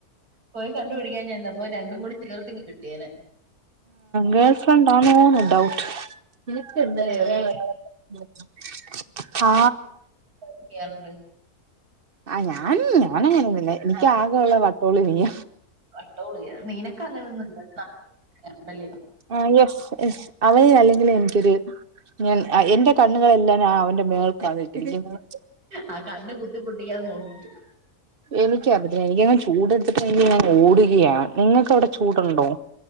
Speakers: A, on the right; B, on the right.
A: പോയി കണ്ടുപിടിക്കാഞ്ഞെന്താ അപ്പൊ രണ്ടും കൂടി ചേർത്തിങ്ങ് കിട്ടിയേനെ
B: ഗേൾഫ്രണ്ട് ആണോ ഡൗട്ട് നിനക്ക് എന്തടെ
A: എന്തിനാ ഒരാ
B: <unintelligible> ആ
A: ക്ലിയർ ഉണ്ട്
B: ആ ഞാൻ ഞാനങ്ങനെയൊന്നും മില്ല എനിക്ക് ആകെയുള്ള വട്ടോള് മിനി
A: വട്ടോളിയാ നിനക്ക് അങ്ങനൊന്നും ഇല്ല കണ്ടല്ലയോ
B: ആ യെസ് യെസ് അവൾ അല്ലെങ്കിലും എനിക്കൊരു ഞാൻ എന്റെ കണ്ണുകളെല്ലാം ഞാൻ അവന്റെ മേൾക്ക് ഇട്ടിരിക്കുന്നത്
A: ആ കണ്ണ് കുത്തി പൊട്ടിക്കാതെ നോക്കിക്കും
B: എനിക്ക് അവിടെ അങ്ങ് എനിക്ക് ചൂടെടുത്തിട്ട് ഞാൻ ഓടുകയാ നിങ്ങക്കവിടെ ചൂടുണ്ടോ